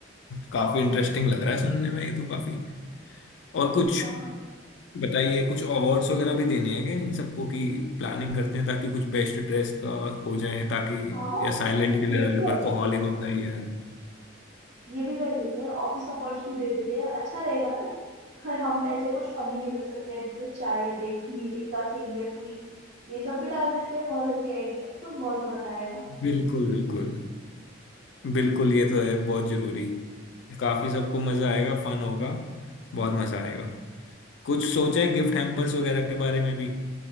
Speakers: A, on the left; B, on the right.
A: काफी इंटरेस्टिंग लग रहा है सुनने में ये तो काफी और कुछ
B: हाँ
A: बताइए कुछ अवार्ड्स वगैरह भी देने हैं क्या इन सबको की प्लानिंग करते हैं ताकि कुछ बेस्ट ड्रेस का हो जाए ताकि
B: हाँ हाँ
A: या
B: क्यों
A: silent
B: नहीं
A: killer
B: ये भी कर
A: workaholic
B: सकते हैं
A: of the year
B: ये भी कर लेते हैं ऑफिस अवार्ड्स भी दे देते हैं अच्छा रहेगा ना और हम ऐसे कुछ फनी भी रख सकते हैं जैसे चाय अड्डे मीटिंग का किंग या क्वीन ये सब भी डाल देते हैं बहुत हंसी आएगी सबको बहुत मजा आएगा
A: बिल्कुल बिल्कुल बिल्कुल ये तो है बहुत जरूरी काफी सबको मजा आएगा फन होगा बहुत मजा आएगा कुछ सोचा है गिफ्ट हैम्पर्स वगैरह के बारे में भी